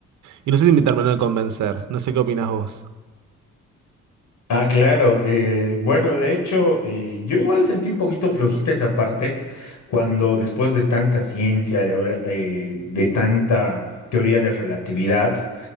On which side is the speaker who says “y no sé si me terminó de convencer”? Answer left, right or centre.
Right